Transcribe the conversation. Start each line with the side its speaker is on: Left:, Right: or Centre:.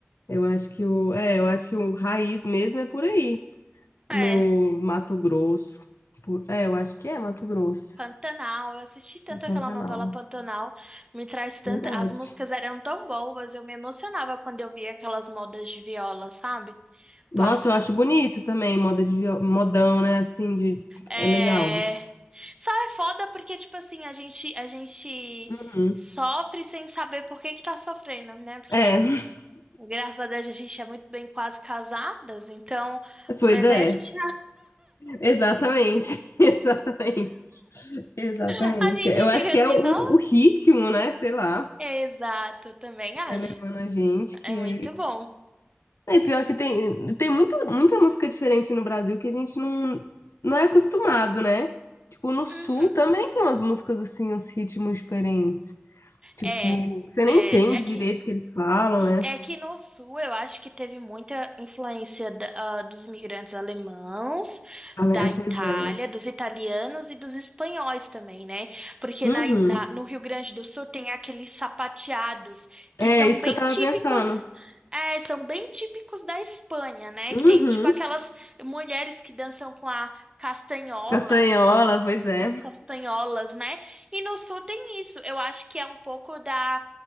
Left: Eu acho que o, é, eu acho que o raiz mesmo é por aí,
Right: É,
Left: no Mato Grosso. Por- é, eu acho que é Mato Grosso,
Right: Pantanal. Eu assisti tanto
Left: em Pantanal.
Right: aquela novela Pantanal. Me traz tanto.
Left: Verdade.
Right: As músicas eram tão boas. Eu me emocionava quando eu via aquelas modas de viola, sabe?
Left: Nossa,
Right: Passando.
Left: eu acho bonito também, moda de, vi- modão, né? Assim, de,
Right: É.
Left: é legal.
Right: Só é foda porque, tipo assim, a gente, a gente
Left: Uhum.
Right: sofre sem saber por que que tá sofrendo, né? Porque,
Left: É,
Right: graças a Deus, a gente é muito bem quase casadas, então.
Left: pois
Right: Mas
Left: é,
Right: aí a gente,
Left: exatamente, <laughs> exatamente, exatamente.
Right: <laughs> a gente
Left: Eu acho
Right: fica
Left: que
Right: assim,
Left: é o,
Right: não?
Left: o ritmo, né? Sei lá,
Right: Exato, eu também acho.
Left: vai levando a gente
Right: É
Left: que
Right: muito
Left: aí.
Right: bom.
Left: É pior que tem, tem muito, muita música diferente no Brasil que a gente não, não é acostumado, né? Tipo, no Sul
Right: Uhum.
Left: também tem umas músicas assim, uns ritmos diferentes. Tipo,
Right: É,
Left: você nem
Right: é,
Left: entende
Right: é que.
Left: direito o que eles falam, né?
Right: É que no sul eu acho que teve muita influência da- ah, dos imigrantes alemãos,
Left: Fala-
Right: da
Left: É, pois
Right: Itália,
Left: é.
Right: dos italianos e dos espanhóis também, né? Porque
Left: Uhum.
Right: na, I- na- no Rio Grande do Sul tem aqueles sapateados que
Left: É
Right: são
Left: isso
Right: bem
Left: que eu tava
Right: típicos
Left: pensando.
Right: é, são bem típicos da Espanha, né?
Left: Uhum.
Right: Que tem tipo aquelas mulheres que dançam com a castanhola,
Left: Castanhola,
Right: com as, com
Left: pois é.
Right: as castanholas, né? E no sul tem isso. Eu acho que é um pouco da,